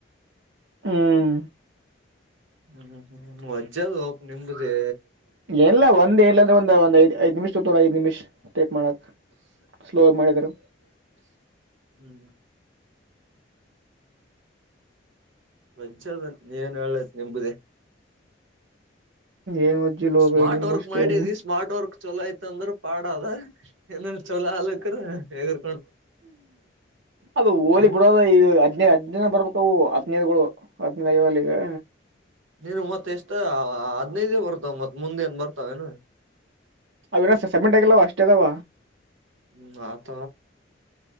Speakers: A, on the right; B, on the right.
A: ಹ್ಮ್
B: ಹ್ಮ್ ಹ್ಮ್ ಮಜ್ಜ ಅಲ್ ಒ ನಿಮ್ದುಕೆ
A: ಎಲ್ಲ ಒಂದ ಎಲ್ಲ ಅಂದ್ರೆ ಒಂದ ಒಂದ ಐದ್ ಐದ ನಿಮಿಷ್ ತ ತೋ ಐದ್ ನಿಮಿಷ ಟೈಪ್ ಮಾಡಕ್ ಸ್ಲೋ ಮಾಡಿದರು
B: ಹ್ಮ್ ಮಜ್ಜದ ನೀವನ್ ಹೇಳತ್ ನಿಂಬುದಿ
A: ಏನ್ ಒಜ್ಜಿ ಲೋಬ
B: ಸ್ಮಾರ್ಟ್
A: ನಿಮ್ಮಷ್ಟೇನು
B: ವರ್ಕ್ ಮಾಡಿದಿ ಸ್ಮಾರ್ಟ್ ವರ್ಕ್ ಚೊಲೋ ಐತ್ಂದ್ರ ಪಾಡ ಅದ ಏನ ಚಲೋ ಆಲಕ್ರ ಏಗರ
A: ಅದು ಹೋಲಿ
B: ಹ
A: ಬಿಡೋದ ಈಗ ಹದ್ನೇ ಹದ್ನ ಬರ್ಬೇಕ ಅವು ಹದನೈದುಗಳು ಹದಿನೈದು ಐವಲ್ಲಿಗೆ
B: ನೀನು ಮತ್ತೆ ಎಷ್ಟ ಹಾಡನೈದೇ ಬರ್ತಾವ ಮತ್ ಮುಂದೆ ಏನ್ ಬರ್ತಾವ ಏನು
A: ಅವನ ಸಬಮಿಟ್ ಆಗಿಲ್ಲವ ಅಷ್ಟೇ ಅದಾವ
B: ಹ್ಮ್ ಆತ